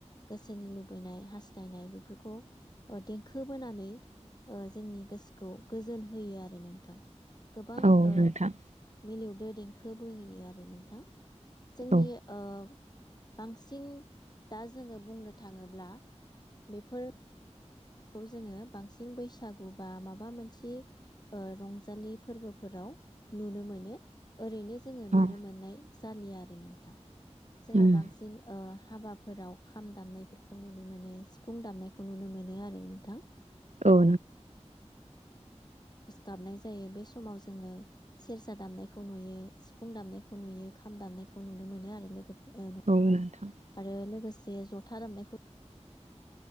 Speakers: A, on the left; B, on the right.
A: गोसोनि लुबैनाय हास्थायनाय बेफोरखौ देंखो बोनानै ओ जोंनि गोसोखौ गोजोन होयो आरो नों थां गोबां
B: औ
A: ओ
B: नोंथां
A: मिलौ दो देंखो बोयो आरो नोंथां जोंनि
B: औ
A: ओ बांसिन दा जोङो बुंनो थाङोब्ला बेफोर जोङो बांसिन बैसागु बा माबा मोनसे ओ रं जालि फोरावनो नुनो मोनो ओरैनो जोङो नुनो
B: अ
A: मोननाय जालिया आरो नोंथां जोङो
B: उम
A: बांसिन ओ हाबाफोराव खाम दामनायफोरखौ नुनो मोनो सिफुं दामनायखौ नुनो मोनो आरो नोंथां
B: औ
A: गाबनाय जायो बे समाव जोङो सेरजा दामनायखौ नुयो सिफुं दामनायखौ नुयो खाम दामनायखौ नुनो मोनो आरो लोगो ओ
B: औ नोंथां
A: आरो लोगोसे जे जथा दामनायखौ